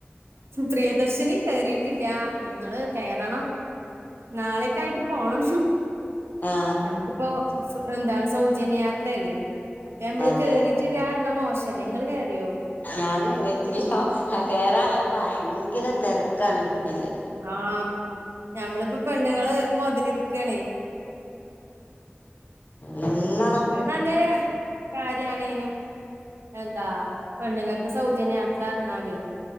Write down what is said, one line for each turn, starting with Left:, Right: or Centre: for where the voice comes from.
Right: പ്രിയദർശിനി കേറീട്ടില്ല ഞങ്ങള് കയറണം നാളേയൊക്കെ ആയിട്ട് പോണം
Left: ആ
Right: നമുക്കിപ്പോ എന്താ സൗജന്യയാത്രയല്ലേ അപ്പൊ നമ്മള്
Left: അതെ
Right: കേറീ ട്ടില്ലാന്ന് പറഞ്ഞാ മോശല്ലേ നിങ്ങള് കേറിയോ
Left: ഞാൻ കേറിട്ടില്ല ആ കേറാൻ നോക്കുമ്പം ഭയങ്കര തെരക്കാണ് അതില്
Right: ആഹ് ഞമ്മളിപ്പോ പെണ്ണുങ്ങള് മുതലെടുക്കാണേ
Left: നല്ല
Right: അത് നല്ലൊരു കാര്യാണേനു എന്താ പെണ്ണുങ്ങൾക്ക് സൗജന്യ യാത്ര പറഞ്ഞാലേ